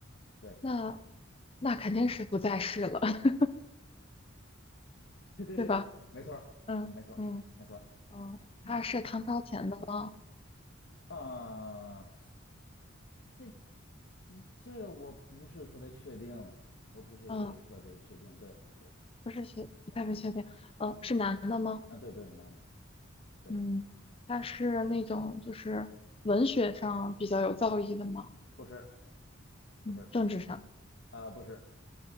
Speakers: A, on the left (about 60°); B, on the left (about 30°).
A: 对，
B: 那那肯定是不在世了，<laughs>
A: 对对对，
B: 对吧？
A: 没错儿嗯没错儿没错儿
B: 嗯嗯，嗯，
A: 嗯，
B: 他是唐朝前的吗？
A: 呃，这这这个我不是特别确定，我不是特别确定。
B: 嗯，
A: 对对，
B: 不是学，不太是确定，呃，是男的吗？
A: 啊，对对，男的，对，
B: 嗯，他是那种就是文学上比较有造诣的吗？
A: 不是。
B: 嗯，
A: 不是，
B: 政治上、
A: 啊，不是，